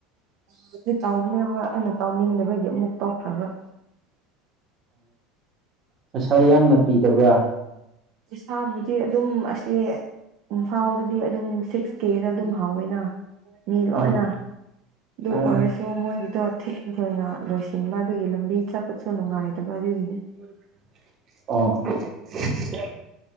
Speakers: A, on the right (about 55°); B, on the right (about 30°).
A: ꯑꯗꯨꯗꯤ ꯇꯥꯎꯕꯅꯦ ꯍꯣꯏ ꯑꯩꯅ ꯇꯥꯎꯅꯤꯡꯗꯕꯒꯤ ꯑꯃꯨꯛ ꯇꯧꯈ꯭ꯔꯕ꯭ꯔꯥ
B: ꯄꯁꯥ ꯌꯥꯝꯅ ꯄꯤꯗꯕ꯭ꯔꯥ
A: ꯏꯁꯥꯕꯨꯗꯤ ꯑꯗꯨꯝ ꯑꯁꯤ ꯏꯝꯐꯥ ꯗꯤ ꯑꯗꯨꯝ ꯁꯤꯛꯁ ꯀꯦꯗ ꯑꯗꯨꯝ ꯍꯥꯎꯋꯦꯅ ꯃꯤ ꯂꯣꯏꯅ
B: ꯑꯥ
A: ꯑꯗꯨ
B: ꯑꯥ
A: ꯑꯣꯏꯔꯁꯨ ꯃꯣꯏꯒꯤꯗꯣ ꯊꯦꯡ ꯊꯦꯡꯅ ꯂꯣꯏꯁꯤꯟꯕ ꯑꯗꯨꯒꯤ ꯂꯝꯕꯤ ꯆꯠꯄꯁꯨ ꯅꯨꯡꯉꯥꯏꯇꯕ ꯅꯦ
B: ꯑ